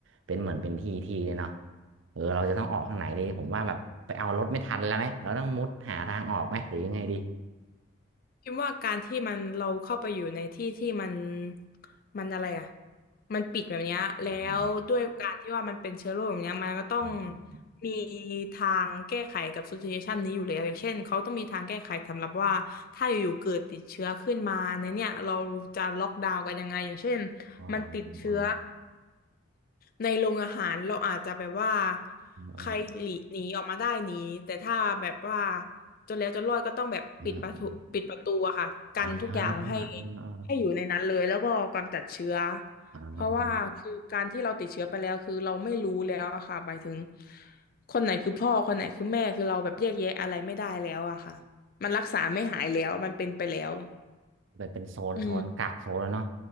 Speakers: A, on the right; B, on the left.
A: เป็นเหมือนเป็นที่ที่เลยเนาะเออเราจะต้องออกทางไหนดีผมว่าแบบไปเอารถไม่ทันแล้วไหมเราต้องมุดหาทางออกไหมหรือยังไงดี
B: พิมพ์ว่าการที่มันเราเข้าไปอยู่ในที่ที่มันมันอะไรอ่ะมันปิดแบบเนี้ยแล้วด้วยการที่ว่ามันเป็นเชื้อโรคแบบเนี้ยมันก็ต้อง
A: อ๋ออ๋อ
B: มีทางแก้ไขกับซิทูเอชันนี้อยู่แล้วอย่างเช่นเขาต้องมีทางแก้ไขสำหรับว่าถ้าอยู่ๆเกิดติดเชื้อขึ้นมาในเนี่ยเราจะล็อกดาวน์กันยังไงอย่างเช่น
A: อ๋ออ๋ออ๋อ
B: มันติดเชื้อ ในโรงอาหารเราอาจจะแบบว่าใครหลีกหนีออกมาได้หนีแต่ถ้าแบบว่า
A: อ๋ออ๋ออ๋ออ๋อ
B: จนแล้วจนรอดก็ต้องแบบปิดประตูปิดประตูอะค่ะกันทุกอย่างให้
A: อืมอืมอืมอ่าอืมอ่า
B: ให้อยู่ในนั้นเลยแล้วก็กำจัดเชื้อ
A: อ่า
B: เพราะว่าคือการที่เราติดเชื้อไปแล้วคือเราไม่รู้แล้วอะค่ะหมายถึงคนไหนคือพ่อคนไหนคือแม่คือเราแบบแยกแยะอะไรไม่ได้แล้วอะค่ะมันรักษาไม่หายแล้วมันเป็นไปแล้ว
A: ไปนเป็นโซนโซนกักโซนแล้วเนาะ
B: อืม